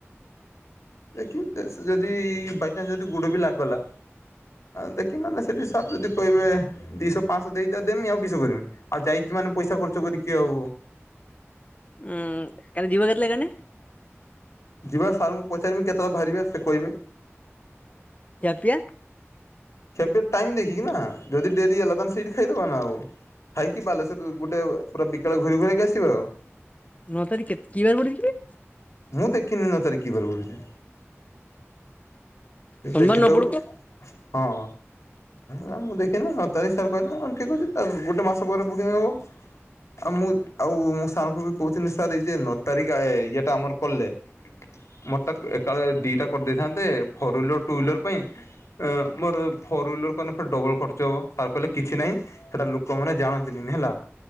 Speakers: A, on the left; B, on the left.
A: ଦେଖି ଯଦି ବାଇଚାନ୍ସ ଯଦି ଗୋଡ ବି ଲାଗ ଗଲା ଦେଖି ନହେଲେ ସେଇଠି ସାର୍ ଯଦି କହିବେ ଦିଶହ ପାଶହ ଦେଇ ତ ଦେମି ଆଉ କିଶ କରମି। ଆଉ ଯାଇଛି ମାନେ ପଇସା ଖର୍ଚ। ଖର୍ଚ୍ଚ କରିକି ଆଉ
B: ଉୁଁ କାଲି ଯିବ କେତବେଲେ କାନେ
A: ଯିବା ସାରଙ୍କୁ ପଚାରିବି କେତେବେଳେ ବାହାରିବେ ସେ କହିବେ।
B: ଖିଆପିଆ?
A: ଖିଆପିଆ ଟାଇମ୍ ଦେଖିକି ନା ଯଦି ଡେରି ହେଲା ତାହେନେ ସେଇଠି ଖାଇଦବା ନା ଆଉ। ଖାଇକି ବାଲେଶ୍ଵର ଗୁଟେ ପୁରା ବିକାଳ ଘୁରି ଘୁରାକି ଆସିବା ଆଉ।
B: ନଅ ତାରିଖ କେତ କି ବାରେ ପଡୁଚି କିବେ?
A: ମୁଁ ଦେଖିନି ନଅ ତାରିଖ କି ବାରେ ପଡୁଛି। ତୁ
B: ସୋମବାର
A: ଦେଖିଥୋବୁ।
B: ନ ପଡୁ କ
A: ହଁ ନାଁ ମୁଁ ଦେଖିନି ନ ତାରିଖ ସାର୍ କହିଲେ ହଁ ମୁକହିଲି ଠିକ୍ ଅଛି ତାଲେ ଗୋଟେ ମାସ ପରେ ବୁକିଙ୍ଗ ହବ। ଆଉ ମୁଁ ତ୍ ଆଉ ମୁଶ୍ ତାଙ୍କୁ କୋହୁଥିନି ସାର୍ ଇ ଯେ ନଅ ତାରିଖ ଆଏ ଇଏଟା ଆମର କଲେ ମତ୍ ତାକ୍ ଏକାଳେ ଦିଇଟା କରିଦେଇଥାନ୍ତି। ଫୋର୍ୱିଲେର ଟୁ ହିଲର ପାଇଁ ମୋର ଫୋର୍ ହୱିଲର୍ ଡବଲ ଖର୍ଚ୍ଚ ହବ ସାର୍ କହିଲେ କିଛି ନାହିଁ ସେଟା ଲୋକମାନେ ଜାଣନ୍ତିନି ହେଲା।